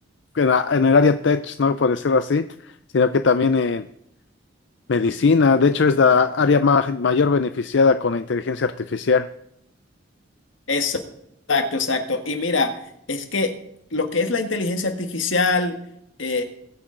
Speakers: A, on the left; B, on the left.
A: en, la- en el área tech, ¿no? Por decirlo así, sino que también en medicina, de hecho es la área ma- mayor beneficiada con la inteligencia artificial.
B: Exacto, exacto. Y mira, es que lo que es la inteligencia artificial eh,